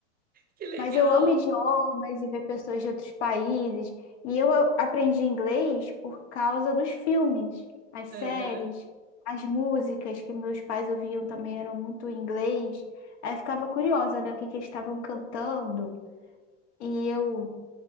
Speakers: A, on the right (about 25°); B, on the left (about 65°).
A: que legal.
B: Mas eu amo idiomas e ver pessoas de outros países. E eu a- aprendi inglês por causa dos filmes, as séries,
A: Aham,
B: as músicas que meus pais ouviam também eram muito em inglês. Aí eu ficava curiosa, né? O que que eles estavam cantando. E eu,